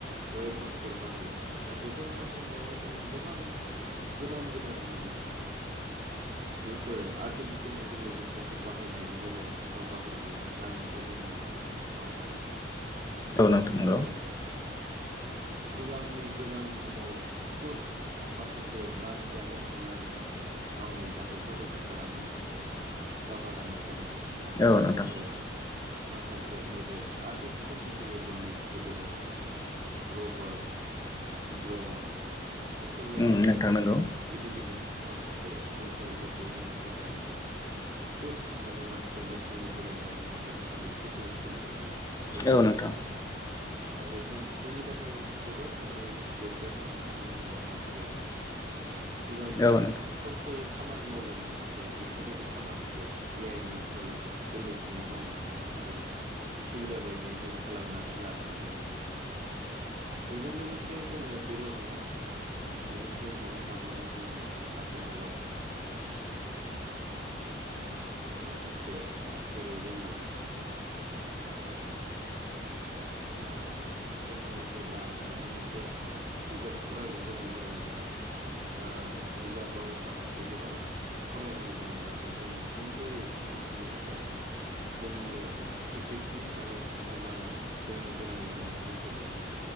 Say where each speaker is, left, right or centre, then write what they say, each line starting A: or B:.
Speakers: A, on the right (about 40°); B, on the left (about 20°).
A: वेफनफोर बाहायदों। दा बे फोर बाहायनायाव जोंङो गोबां गोदान गोदान माने बेफोर आर्टिफिसियेल इन्टिलिजेन्सफोरखौ बाहायनायनि गेजेरजों दावहाफोरखौ नांनायखौ जों नुनो मोनदों। नङा होमबा?
B: औ नोंथां
A: जोङो
B: नंगौ।
A: <inaudible> सिगांनि गोजाम समाव खुद माखासे मानसियानो थांनानै गावनि हादरखौ रैखा खालामनो थाखाय दावहा नांनो गोनां जायोमोन नाथाय
B: औ
A: आथिखालाव
B: नोंथां
A: माखासे नैबे आरटिपि सेल इन्टेलिजेन्सनि गेजेरजोंनो रबार्ट द्रन बेफोरबायदि
B: उम नोंथां नंगौ
A: गिदिर गिदिर माखा से मिसाइलफोरखौ जों बहायनानै खुद माने मानसिया न' सिङाव जिरायनानैनो बेफोरबायदि सिकिउरिटिफोरखौ होगासिनो
B: औ नोंथां
A: आरोना। दा बेफोर जोंनि थाखाय जोबोद माने गोग्गाथाव। मानो होनबा मानसिया सिगांनि समाव
B: औ नोंथां औ नोंथां औ नोंथां औ नोंथां औ नोंथां औ नोंथां औ नोंथां औ नोंथां औ
A: बेसां खस्थ'यै खामानि मावदोंमोन नाथाय बेफोरबायदि खामानिखौ ए आइ नि थ्रुयै गोरलैसिनै मावनो हादों। आरो सुबिदा बायदियै जों खालामनानै लानो हादों आरो। बेजों लोगोसे जोंङो बेल' नङा बेनिफ्राय मोननो हाबावो जोंङो आथिखालाव माखासे जेरै जोङो मा होनो जोङो जेब्ला माबा मोनसे बिजाब फरायनो गोनां जायोब्ला ओ बिजाबाव माखासे गोबां फरायनांगौ जायो। नाथाय जोंङो सुंद'यै मिथिनो थाखाय जोंनो टपिकनि सायाव खोन्थाब्लानो जोंनि गोनां जानाय बुस्थुखौ